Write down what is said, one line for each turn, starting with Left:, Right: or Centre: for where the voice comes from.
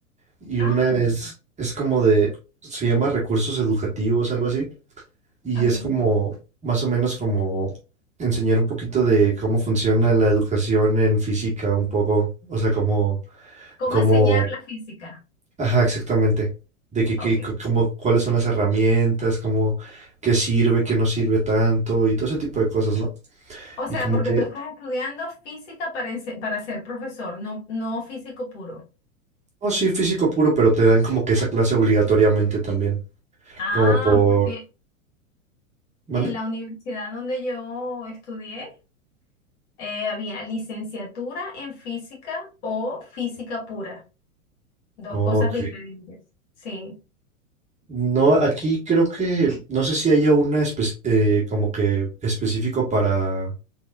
Right: y
Left: Ah,
Right: una es, es como de, se llama recursos educativos, algo así, y
Left: ok.
Right: es como, más o menos como enseñar un poquito de cómo funciona la educación en física, un poco, o sea, como,
Left: ¿Cómo
Right: como,
Left: enseñar la física?
Right: ajá, exactamente, de que, que,
Left: Ok.
Right: co- como, cuáles son las herramientas, como, qué sirve, qué no sirve tanto, y todo ese tipo de cosas, ¿no?
Left: O
Right: Y
Left: sea,
Right: como
Left: porque
Right: que,
Left: tú estás estudiando física para, ense- para ser profesor, no, no físico puro.
Right: oh, sí, físico puro, pero te dan como que esa clase obligatoriamente también,
Left: Ah,
Right: como por,
Left: porque
Right: ¿mande?
Left: en la universidad donde yo estudié, eh, había licenciatura en física o física pura, dos
Right: Ok.
Left: cosas diferentes. Sí.
Right: No, aquí creo que, no sé si haya una espe- eh, como que específico para,